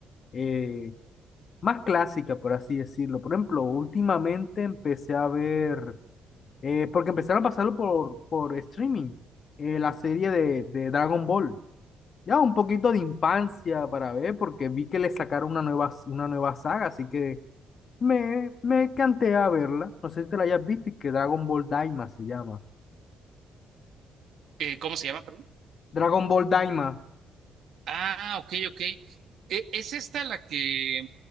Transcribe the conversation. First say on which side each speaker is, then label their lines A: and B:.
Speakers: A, on the left; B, on the right.
A: eh, más clásica, por así decirlo. Por ejemplo, últimamente empecé a ver, eh, porque empezaron a pasarlo por, por streaming, eh, la serie de, de Dragon Ball. Ya un poquito de infancia para ver, porque vi que le sacaron una nueva, una nueva saga, así que me, me canté a verla. No sé si te la hayas visto, y que Dragon Ball Daima se llama.
B: Eh, ¿cómo se llama, perdón?
A: Dragon Ball Daima.
B: Ah, ok, ok. E- ¿Es esta la que,